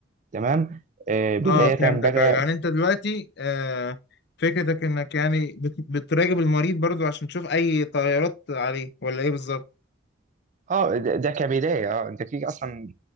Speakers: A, on the right (about 40°); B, on the left (about 55°).
A: تمام آه، بدايه
B: اه فهمتك
A: بقى
B: أيوة. يعني انت دلوقتي آه فكرتك انك يعني بت... بتراقب المريض برضو عشان تشوف اي تغيرات عليه ولا ايه بالظبط
A: اه ده ده كبدايه اه انت كده اصلا